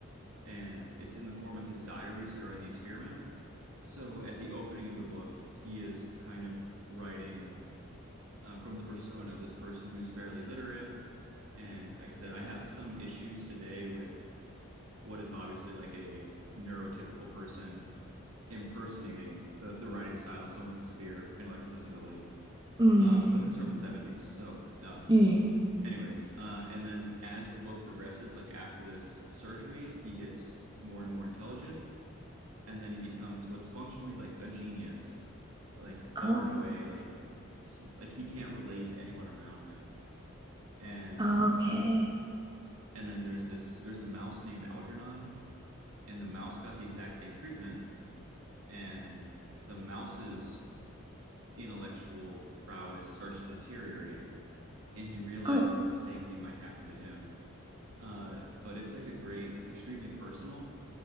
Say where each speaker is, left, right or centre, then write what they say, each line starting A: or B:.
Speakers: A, on the right; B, on the right.
A: and it's in the form of his diaries during the experiment. So at the opening of the book, he is kind of writing uh, from the persona of this person who's barely literate And like I said, I have some issues today with what is obviously like a neurotypical person impersonating the, the writing style of someone with a severe intellectual disability.
B: Mm,
A: Um, but this is from the 70s. So, uh,
B: mm.
A: anyways, uh, and then as the book progresses, like after this surgery, he gets more and more intelligent. And then he becomes what's functionally like a genius, like far
B: Oh,
A: and away, like like he can't relate to anyone around him. And
B: okay.
A: and then there's this there's a mouse named Algernon and the mouse got the exact same treatment and the mouse's intellectual prowess starts to deteriorate and he realizes
B: Oh,
A: that the same thing might happen to him uh, but it's like a great it's extremely personal